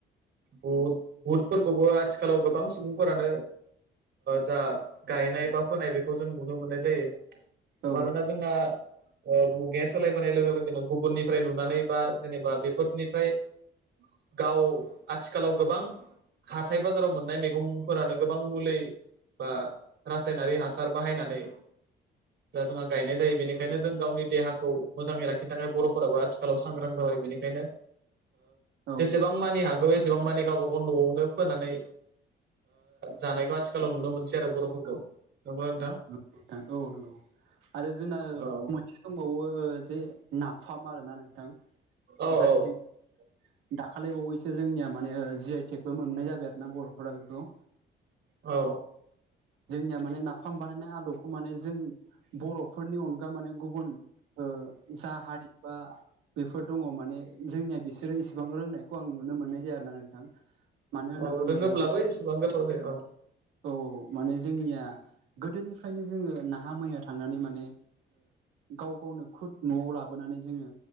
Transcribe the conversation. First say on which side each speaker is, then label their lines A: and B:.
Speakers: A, on the right; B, on the right.
A: बुट बुटफोरखौबो आथिखालाव गोबां सुबुंफोरानो जा गायनाय बा फोनाय बेखौ जों नुनो मोननाय जायो
B: औ
A: मानोना <unintelligible> मुगाया सोलायबोनाय लोगो लोगोनो गुबुननिफ्राय नुनानै बा जेनेबा बेफोरनिफ्राय गाव आथिखालाव गोबां हाथाय बाजाराव मोननाय मैगंफोरानो गोबां मुलि बा रासायनारि हासार बाहायनानै जा जोंहा गायनाय जायो बेनिखायनो जों गावनि देहाखौ मोजाङै लाखिनो थाखाय बर'फोराबो आथिखालाव सांग्रां जाबाय बेनिखायनो
B: औ
A: जेसेबां मानि हागौ एसेबां मानि गावबा गाव न'आवनो फोनानै जानायखौ आथिखालाव नुनो मोनसै आरो बर'फोरखौ नंगौ ना नोंथां
B: <unintelligible> नोंथां औ नंगौ आरो जोंना
A: औ
B: मै दंबावो जे नाफाम आरोना नोंथां
A: औ
B: जायजों
A: औ
B: दाखालि बावैसो जोंनिया माने जि आइ टेकबो मोननाय जाबाय आरो ना बर'फोरा बेखौ
A: औ
B: जोंनिया माने नाफाम बानायनाय आदबखौ माने जों बर'फोरनि अनगा माने गुबुन ओ जा हारि बा बेफोर दङ माने जोंनिया बिसोरो इसेबां रोंनायखौ आं नुनो मोननाय जाया आरोना नों थां मानो होनना
A: औ
B: बुङोब्ला
A: रोङोब्लाबो
B: जोंनि
A: एसेबां गोथाव जाया औ
B: औ औ माने जोंनिया गोदोनिफ्रायनो जोङो नाहा मैहा थांनानै माने गाव गावनो खुद न'आव लाबोनानै जोङो